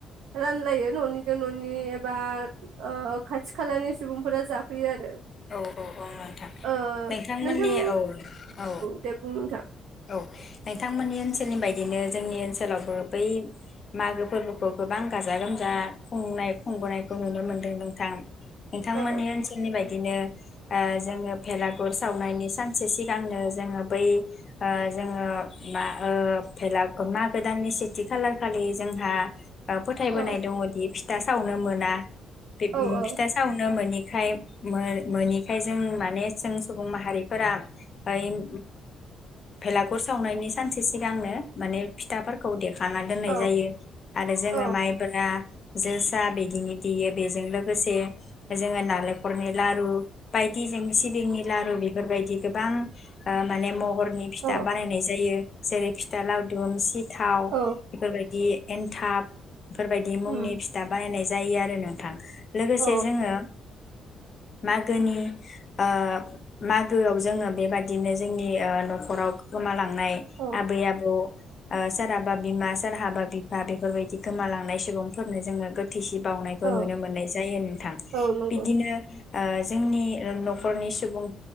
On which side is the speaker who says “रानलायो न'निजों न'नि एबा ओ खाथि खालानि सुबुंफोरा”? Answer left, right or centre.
Right